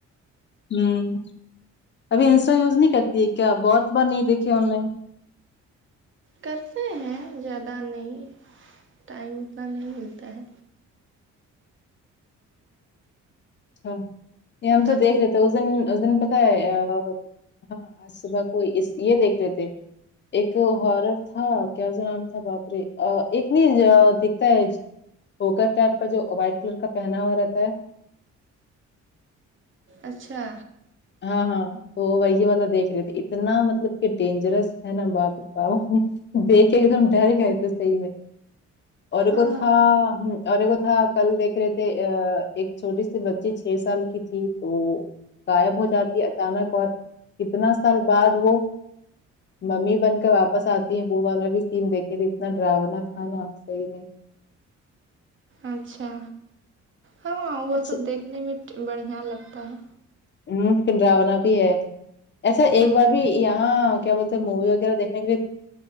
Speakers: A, on the left; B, on the right.
A: ھمم ابھی انسٹا یوز نہیں کرتی ہے کیا بہت بار نہیں دیکھے آن لائن
B: کرتے ہیں زیادہ نہیں ٹائم اتنا نہیں ملتا ہے
A: اچھا یہ ہم
B: تب
A: تو دیکھ رہے تھے تو اس دن اس دن پتا ہے ہاں آج صبح کو یہ دیکھ رہے تھے ایک ہارر تھا کیا اس کا نام تھا باپرے ایک نہیں دکھتا ہے جوکر آپ کا جو وائٹ کلر کا پہنا ہوا رہتا ہے
B: اچھا
A: ہاں ہاں تو وہی والا دیکھ رہے تھے اتنا مطلب کہ ڈینجرس ہے نا باپ رے باپ دیکھے ایک دم ڈر گئے تھے صحیح میں اورایک
B: ہاں
A: وہ تھا اور ایک وہ تھا کل دیکھ رہے تھے ایک چھوٹی سی بچی چھ سال کی تھی تو غائب ہو جاتی اچانک اور کتنا سال بعد وہ ممی بن کے واپس آتی ہے وہ والا بھی سین دیکھے تھے اتنا ڈراونا تھا نا سہی میں
B: اچھا ہاں وہ
A: اچھا
B: سب دیکھنے میں بڑھیا لگتا ہے
A: ھممم لیکن ڈراونا بھی ہے ایسا
B: ہاں
A: ایک بار بھی یہاں کیا بولتے ہیں مووی وغیرہ دیکھنے کے لیے